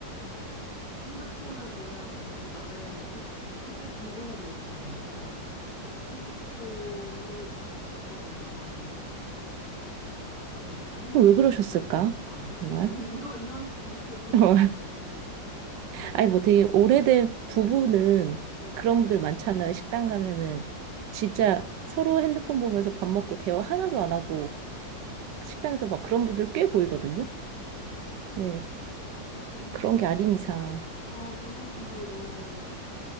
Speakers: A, on the left; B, on the right.
A: 핸드폰을 보면은 진짜, 예, 그, 그때 기분이 그랬어요. 그냥 핸드폰을 볼 거면, 네, 나는
B: 왜
A: 여기
B: 그러셨을까?
A: 왜 있는 걸까?
B: 정말?
A: 뭐, 이- <laughs> 이런, 이런 식으로.
B: <laughs> 어,
A: <laughs> 좀,
B: 아니, 뭐 되게 오래된 부부는
A: 네.
B: 그런 분들 많잖아요. 식당 가면은 진짜 서로 핸드폰 보면서 밥 먹고 대화 하나도 안 하고 식당에서 막 그런 분들 꽤 보이거든요. 네.
A: 음,
B: 그런 게 아닌 이상.
A: 아, 그런 분들 너무,